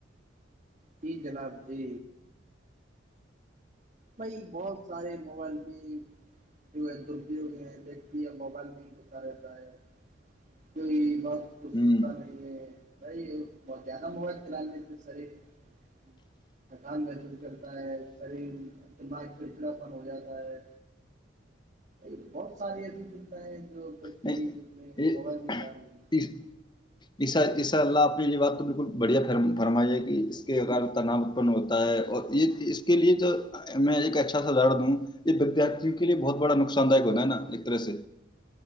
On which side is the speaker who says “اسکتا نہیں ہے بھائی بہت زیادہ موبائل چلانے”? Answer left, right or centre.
Right